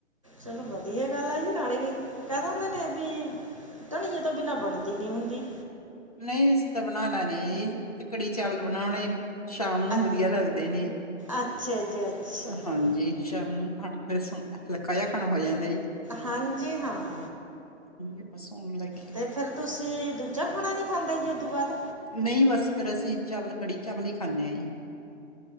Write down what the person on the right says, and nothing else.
ਚਲੋ ਵਧੀਆ ਗੱਲ ਹੈ ਜੀ ਨਾਲੇ ਕਹਿ ਦਿੰਦੇ ਨੇ ਵੀ ਧਨੀਏ ਤੋਂ ਬਿਨਾਂ ਬਣਦੀ ਨਹੀਂ ਹੁੰਦੀ?
ਅ
ਅੱਛਾ ਜੀ ਅੱਛਾ
ਹਾਂਜੀ ਹਾਂ।
ਤੇ ਫੇਰ ਤੁਸੀਂ ਦੂਜਾ? ਖਾਣਾ ਨਹੀਂ ਖਾਂਦੇ ਜੀ ਉਦੋਂ ਬਾਅਦ